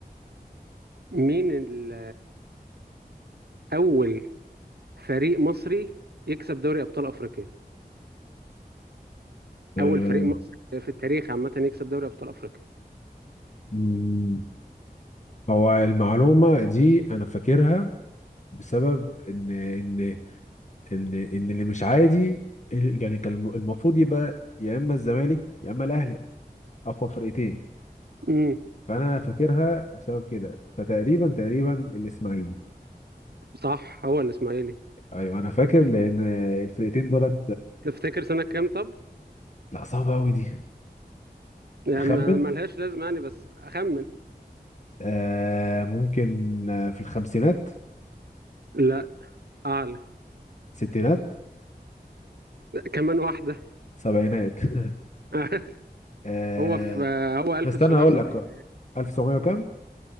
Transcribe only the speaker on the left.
آه،
مم، هو المعلومة دي أنا فاكرها بسبب إن إن ان ان اللي مش عادي يعني كان المفروض يبقى يا اما الزمالك يا اما الاهلي اقوى فرقتين
فانا فاكرها بسبب كده فتقريبا تقريبا الاسماعيلي
ايوه انا فاكر لان الفرقتين دولت
لا صعبه قوي دي
اخمن
آه ممكن آه، في الخمسينات
ستينات
سبعينات <laughs>
آه
استنى اقول لك 1900 وكام